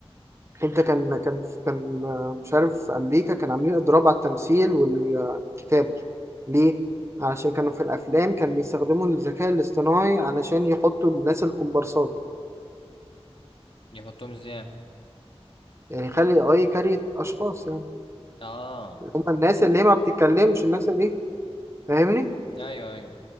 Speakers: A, on the right; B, on the left.
A: أنت كان كان كان آه، مش عارف في أمريكا كان عاملين إضراب على التمثيل والكتابة ليه؟ علشان كانوا في الأفلام كانوا بيستخدموا الذكاء الاصطناعي علشان يحطوا الناس الكومبارسات
B: يحطهم ازاي
A: يعني يخلي اي كارية اشخاص يعني
B: اه
A: هم الناس اللي هي ما بتتكلمش الناس اللي ايه فاهمني
B: ايوه ايوه